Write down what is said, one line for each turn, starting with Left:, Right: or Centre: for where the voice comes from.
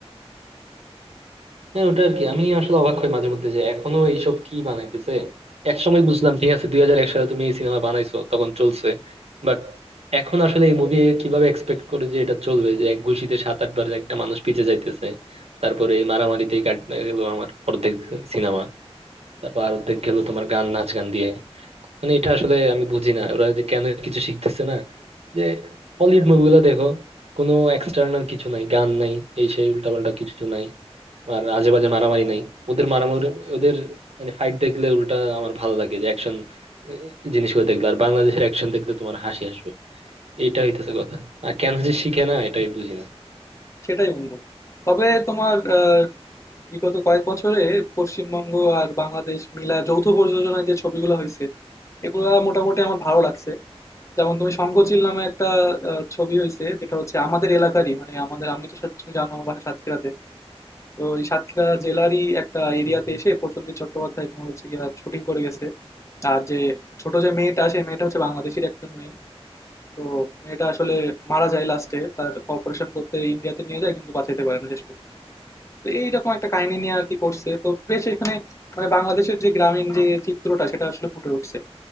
Right: হ্যাঁ ওটা আর কি আমি আসলে অবাক হই মাঝে মধ্যে যে এখনো এইসব কি বানাইতেছে এক সময় বুঝলাম ঠিক আছে দুই হাজার এক সালে তুমি এই সিনেমা বানাইছো তখন চলছে বাট এখন আসলে এই মুভি কিভাবে এক্সপেক্ট করে যে এটা চলবে যে এক গুষিতে সাত আট বার একটা মানুষ পিছে যাইতেছে তারপরে এই মারামারিতেই কাটতে গেল আমার অর্ধেক সিনেমা তারপর আর অর্ধেক গেল তোমার গান নাচ গান দিয়ে মানে এটা আসলে আমি বুঝি না ওরা যে কেন কিছু শিখতেছে না যে হলিউড মুভিগুলো দেখো কোনো এক্সটার্নাল কিছু নাই গান নাই এই সেই উল্টাপাল্টা কিছু নাই আর আজে বাজে মারামারি নাই ওদের মারামারি ওদের মানে ফাইট দেখলে উল্টা আমার ভালো লাগে যে অ্যাকশন জিনিসগুলো দেখলে আর বাংলাদেশের অ্যাকশন দেখলে তোমার হাসি আসবে এইটা হইতেছে কথা আর কেন যে শিখে না এটাই বুঝি না
Left: সেটাই বন্ধু তবে তোমার আহ, বিগত কয়েক বছরে পশ্চিমবঙ্গ আর বাংলাদেশ মিলা যৌথ প্রযোজনায় যে ছবিগুলো হয়েছে এগুলা মোটামুটি আমার ভালো লাগছে যেমন তুমি শঙ্খচিল
Right: হুম
Left: নামে একটা আহ, ছবি হয়েছে যেটা হচ্ছে আমাদের এলাকারই মানে আমাদের আমি তো সা- তুমি জানো আমার বাসা সাতক্ষীরাতে তো এই সাতক্ষীরা জেলারই একটা এরিয়াতে
Right: হুম হুম
Left: এসে প্রসেনজিৎ চট্টোপাধ্যায় তোমার হচ্ছে গিয়ে শুটিং করে গেছে আর যে ছোট যে মেয়েটা সে মেয়েটা হচ্ছে বাংলাদেশের একজন মেয়ে তো মেয়েটা আসলে মারা যায় লাস্টে তার অপারেশন করতে ইন্ডিয়াতে নিয়ে যায় কিন্তু বাঁচাইতে পারে না শেষ পর্যন্ত তো এইরকম একটা কাহিনী নিয়ে আর কি করছে তো বেশ এখানে মানে বাংলাদেশের যে গ্রামীণ যে চিত্রটা সেটা আসলে ফুটে উঠছে